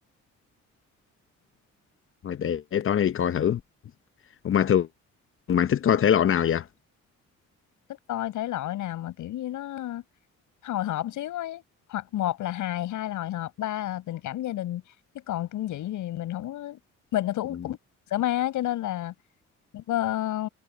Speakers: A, on the left; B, on the left.
A: thôi để, để tối nay đi coi thử Ủa mà thường bạn thích coi thể loại nào vậy
B: thích coi thể loại nào mà kiểu như nó hồi hộp xíu ấy hoặc một là hài hai là hồi hộp ba là tình cảm gia đình chứ còn kinh dị thì mình không có- mình là thủ
A: ừ.
B: cũng sợ ma á, cho nên là ờ,